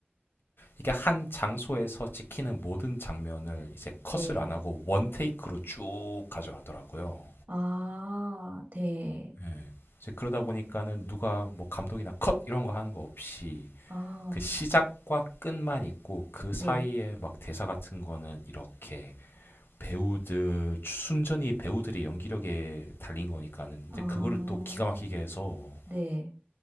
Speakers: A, on the left (about 70°); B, on the right (about 55°).
A: 이게 한 장소에서 찍히는 모든 장면을 이제 컷을
B: 네.
A: 안 하고 원 테이크로 쭉 가져가더라고요.
B: 아, 네.
A: 네. 이제 그러다 보니까는 누가 뭐 감독이나 컷 이런 거 하는 거 없이
B: 아,
A: 그 시작과 끝만 있고 그 사이에
B: 네.
A: 막 대사 같은 거는 이렇게 배우들 순전히 배우들의 연기력에 달린 거니까는
B: 아,
A: 이제 그거를 또 기가 막히게 해서
B: 네.